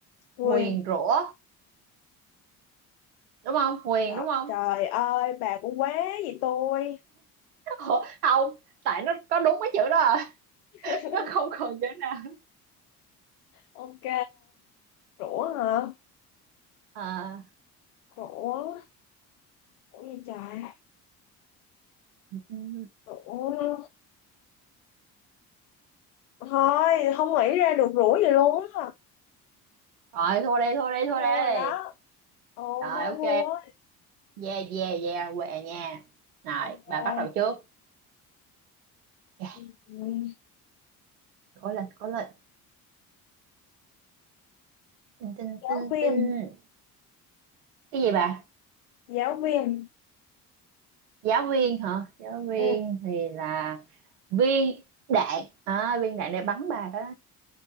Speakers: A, on the left; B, on the right.
A: nguyền
B: nguyền rủa đúng không nguyền
A: trời,
B: đúng không
A: trời ơi bà cũng quá gì tôi
B: Ủa, không tại nó có đúng cái chữ đó à
A: <laughs>
B: <laughs> nó không còn chữ nào
A: ok rủa hả
B: à
A: rủa rủa gì trời
B: Rồi
A: rủa thôi không nghĩ ra được rủa gì luôn á
B: thua đi thua đi thua
A: thua
B: đi
A: rồi đó ồ
B: Rồi
A: thôi
B: ok
A: thua á
B: Yeah yeah yeah què nha Rồi
A: ok
B: bà bắt đầu trước yeah,
A: Ừ,
B: Cố lên cố lên tinh, tinh,
A: giáo
B: tinh,
A: viên
B: tinh. Cái gì bà
A: giáo viên
B: Giáo viên hả Giáo viên
A: ừ.
B: thì là viên đạn à, Viên đạn để bắn bà đó